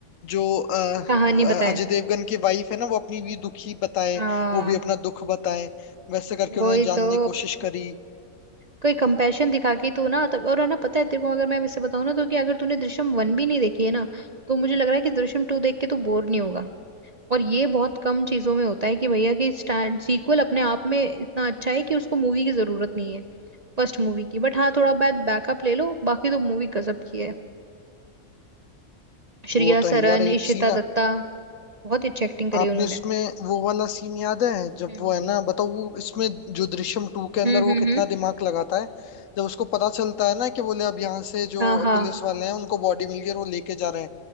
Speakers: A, on the left; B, on the right.
A: जो अ,
B: कहानी बताए
A: अजय देवगन की वाइफ है ना वो अपनी भी दुखी बताए
B: हाँ
A: वो भी अपना दुख बताए वैसे करके उन्होंने
B: वही
A: जानने
B: तो
A: की कोशिश करी
B: कोई कंपैशन दिखा के तो ना तब और है ना पता है तेरे को अगर मैं वैसे बताऊं ना तो कि अगर तूने दृश्यम वन भी नहीं देखी है ना तो मुझे लग रहा है कि दृश्यम टू देख के तू बोर नहीं होगा और ये बहुत कम चीजों में होता है कि भैया कि स्टैंड सीक्वल अपने आप में इतना अच्छा है कि उसको मूवी की जरूरत नहीं है फर्स्ट मूवी की बट हाँ थोड़ा बहुत बैकअप ले लो बाकी तो मूवी गजब की है श्रेया
A: वो तो है
B: सरन
A: यार एक
B: इशिता
A: सीन
B: दत्ता बहुत ही अच्छी एक्टिंग करी
A: आपने
B: है उन्होंने
A: उसमें वो वाला सीन याद है जब
B: हम्म
A: वो है ना बताओ वो इसमें जो दृश्यम टू के अंदर
B: हम्म
A: वो
B: हम्म
A: कितना
B: हम्म
A: दिमाग लगाता है जब उसको पता चलता है ना कि बोले अब यहाँ से जो
B: हाँ हाँ
A: पुलिस वाले हैं उनको बॉडी मिल गई और वो लेके जा रहे हैं